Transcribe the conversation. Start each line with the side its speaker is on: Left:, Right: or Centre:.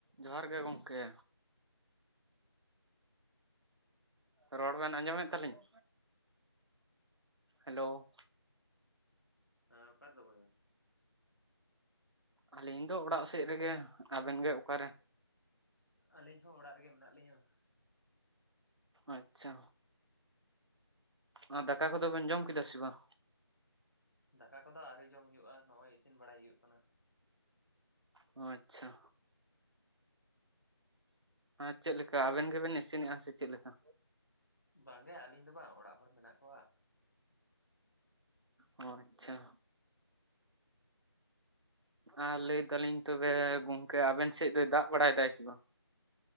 Right: ᱡᱚᱦᱟᱨ ᱜᱮ ᱜᱚᱝᱠᱮ ᱨᱚᱲ ᱵᱮᱱ ᱟᱸᱡᱚᱢᱮᱫ ᱛᱟᱹᱞᱤᱧᱟ? ᱦᱮᱞᱳᱣ᱾
Left: ᱦᱮᱸ ᱚᱠᱟ ᱨᱮᱫᱚ ᱵᱚᱭᱦᱟ?
Right: ᱟᱹᱞᱤᱧ ᱫᱚ ᱚᱲᱟᱜ ᱥᱮᱡ ᱨᱮᱜᱮ ᱟᱵᱮᱱ ᱜᱮ ᱚᱠᱟ ᱨᱮ?
Left: ᱟᱹᱞᱤᱧ ᱦᱚᱸ ᱚᱲᱟᱜ ᱨᱮᱜᱮ ᱢᱮᱱᱟᱜ ᱞᱤᱧᱟᱹ ᱾
Right: ᱟᱪᱪᱷᱟ ᱟᱨ ᱫᱟᱠᱟ ᱠᱚᱫᱚ ᱵᱮᱱ ᱡᱚᱢ ᱠᱮᱫᱟ ᱥᱮ ᱵᱟᱝ?
Left: ᱫᱟᱠᱟ ᱠᱚᱫᱚ ᱟᱨᱣᱨᱤ ᱡᱚᱢ ᱦᱩᱭᱩᱜ-ᱟ ᱱᱚᱜᱚᱭ ᱤᱥᱤᱱ ᱵᱟᱲᱟᱭ ᱦᱩᱭᱩᱜ ᱠᱟᱱᱟ ᱾
Right: ᱚ ᱟᱪᱪᱷᱟ᱾ ᱪᱮᱫ ᱞᱮᱠᱟ ᱟᱵᱮᱱ ᱜᱮᱵᱮᱱ ᱤᱥᱤᱱ ᱮᱫᱟ ᱥᱮ ᱪᱮᱫ ᱞᱮᱠᱟ?
Left: ᱵᱟᱝ ᱜᱮ ᱟᱞᱤᱧ ᱫᱚ ᱵᱟᱝ ᱚᱲᱟᱜ ᱦᱚᱲ ᱢᱮᱱᱟᱜ ᱠᱚᱣᱟ ᱾
Right: ᱚ ᱟᱪᱪᱷᱟ᱾ ᱟᱨ ᱞᱟᱹᱭ ᱫᱟᱞᱤᱧ ᱛᱚᱵᱮ ᱜᱚᱝᱠᱮ ᱟᱵᱮᱱ ᱥᱮᱫ ᱫᱚᱭ ᱫᱟᱜ ᱵᱟᱲᱟᱭ ᱫᱟᱭ ᱥᱮ ᱵᱟᱝ?